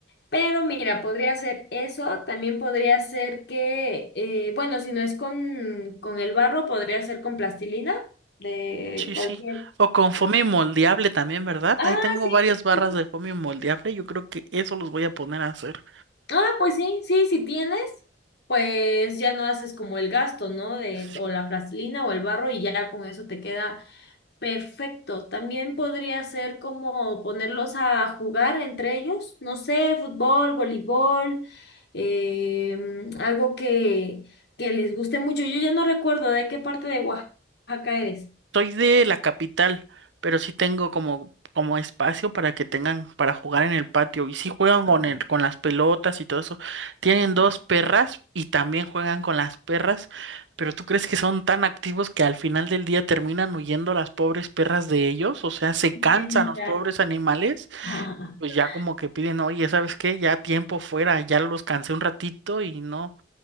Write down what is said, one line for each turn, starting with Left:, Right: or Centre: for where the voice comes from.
Left: Pero mira, podría ser eso, también podría ser que, eh, bueno, si no es con, con el barro, podría ser con plastilina de
Right: Sí,
Left: cualquier...
Right: sí. O con foamy moldeable también, ¿verdad?
Left: Ah,
Right: Ahí tengo
Left: sí.
Right: varias barras
Left: sí, sí,
Right: de
Left: sí.
Right: foamy moldeable, yo creo que eso los voy a poner a hacer.
Left: Ah, pues sí, sí, si tienes, pues ya no haces como el gasto, ¿no? De
Right: Sí.
Left: o la plastilina o el barro y ya con eso te queda perfecto. También podría ser como ponerlos a jugar entre ellos, no sé, fútbol, voleibol, eh, algo que, que les guste mucho. Yo ya no recuerdo de qué parte de Oaxaca eres.
Right: Soy de la capital, pero sí tengo como, como espacio para que tengan para jugar en el patio. Y sí juegan
Left: Ah,
Right: con el, con las pelotas y todo eso. Tienen dos
Left: ah,
Right: perras y también juegan con las perras. Pero ¿tú crees que son tan activos que al final del día terminan huyendo las pobres perras de ellos? O sea, se
Left: no,
Right: cansan
Left: de Mérida.
Right: los pobres animales
Left: <laughs>
Right: y pues ya como que piden, oye, ¿sabes qué? Ya tiempo fuera, ya los cansé un ratito y no.